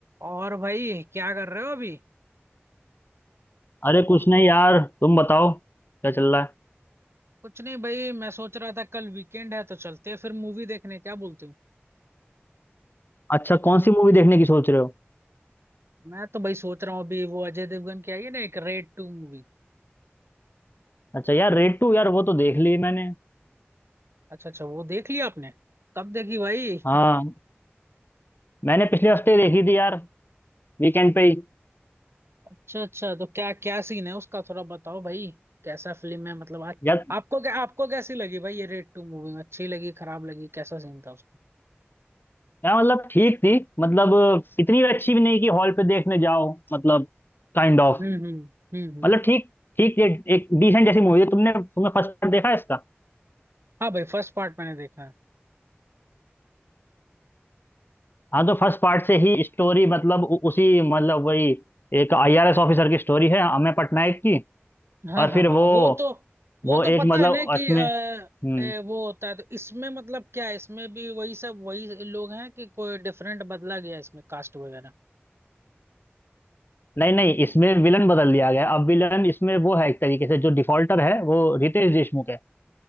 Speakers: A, on the right; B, on the left.
A: और भाई क्या कर रहे हो अभी
B: अरे कुछ नहीं यार तुम बताओ क्या चल रहा है
A: कुछ नहीं भाई मैं सोच रहा था कल वीकेंड है तो चलते हैं फिर मूवी देखने क्या बोलते हो
B: अच्छा कौन सी मूवी देखने की सोच रहे हो
A: मैं तो भाई सोच रहा हूँ अभी वो अजय देवगन की आई है ना एक रेड टू मूवी
B: अच्छा यार रेड टू यार वो तो देख ली मैंने
A: अच्छा अच्छा वो देख लिया आपने कब देखी भाई
B: हाँ मैंने पिछले हफ्ते देखी थी यार वीकेंड पे ही
A: अच्छा अच्छा तो क्या क्या सीन है उसका थोड़ा बताओ भाई कैसा फिल्म है मतलब आ,
B: यार
A: आपको क्या आपको कैसी लगी भाई ये रेड टू मूवी अच्छी लगी खराब लगी कैसा सीन था उसका
B: यार मतलब ठीक थी मतलब इतनी भी अच्छी भी नहीं कि हॉल पे देखने जाओ मतलब काइंड ऑफ
A: हम्म हम्म हम्म हम्म
B: मतलब ठीक ठीक एक, एक डिसेंट जैसी मूवी है तुमने तुमने फर्स्ट पार्ट देखा है इसका
A: हाँ भाई फर्स्ट पार्ट मैंने देखा है
B: हाँ तो फर्स्ट पार्ट से ही स्टोरी मतलब उ, उसी मतलब वही एक आईआरएस ऑफिसर की स्टोरी है अमेय पटनायक की
A: हाँ
B: और
A: हाँ
B: फिर
A: हाँ
B: वो
A: वो तो वो
B: वो
A: तो
B: एक
A: पता
B: मतलब
A: है ना कि
B: उसमें
A: अ,
B: हम्म
A: ए, वो होता है तो इसमें मतलब क्या है इसमें भी वही सब वही लोग हैं कि कोई डिफरेंट बदला गया है इसमें कास्ट वगैरह
B: नहीं नहीं इसमें विलन बदल दिया गया है। अब विलन इसमें वो है एक तरीके से जो डिफॉल्टर है वो रितेश देशमुख है